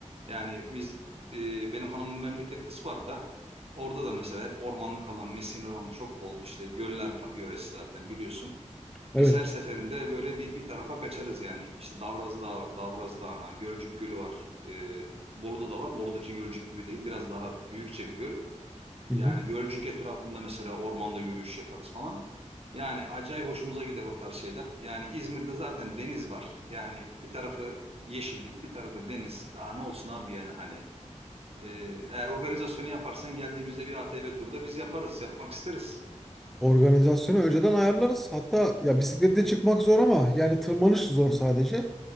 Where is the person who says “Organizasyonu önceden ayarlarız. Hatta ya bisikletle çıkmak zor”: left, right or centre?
Centre